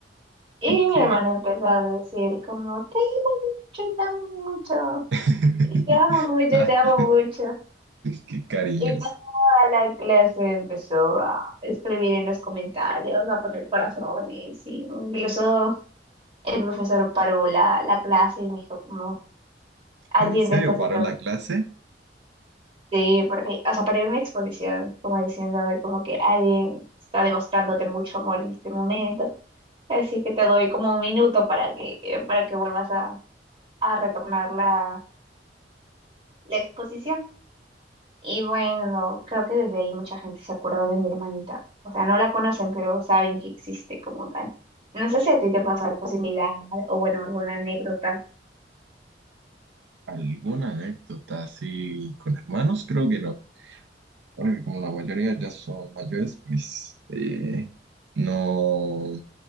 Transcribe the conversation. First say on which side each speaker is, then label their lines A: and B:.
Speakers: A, on the right; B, on the right.
A: Y
B: Ok.
A: mi hermana empezó a decir como, te amo mucho, te amo mucho,
B: <laughs>
A: y te amo mucho,
B: Ay,
A: te amo
B: Dios,
A: mucho.
B: qué cariños.
A: Y toda la clase empezó a escribir en los comentarios, a poner corazones, y incluso el profesor paró la, la clase y me dijo como... alguien
B: ¿En serio
A: te está haciendo
B: paró la
A: una.
B: clase?
A: Sí, porque, o sea, para una exposición, como diciéndome como que alguien está demostrándote mucho amor en este momento, así que te doy como un minuto para que, eh, para que vuelvas a, a retornar la, la exposición. Y bueno, creo que desde ahí mucha gente se acuerda de mi hermanita. O sea, no la conocen, pero saben que existe como tal. No sé si a ti te pasó algo similar o bueno, alguna anécdota.
B: ¿Alguna anécdota así con hermanos? Creo que no. Porque como la mayoría ya son mayores, pues eh, no,